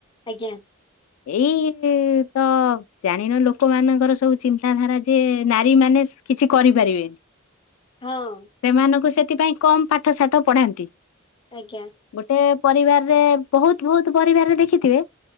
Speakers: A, on the left; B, on the left.
A: ଆଜ୍ଞା।
B: ଏଇ ତ ଜାଣିନ ଲୋକମାନାନଙ୍କର ସବୁ ଚିନ୍ତାଧାରା ଯେ ନାରୀ ମାନେ କିଛି କରିପାରିବେନି
A: ହଁ
B: ସେମାନଙ୍କୁ ସେଥିପାଇଁ କମ ପାଠ ସାଠ ପଢାନ୍ତି।
A: ଆଜ୍ଞା।
B: ଗୋଟେ ପରିବାରରେ ବହୁତ ବହୁତ ପରିବାରରେ ଦେଖିଥିବେ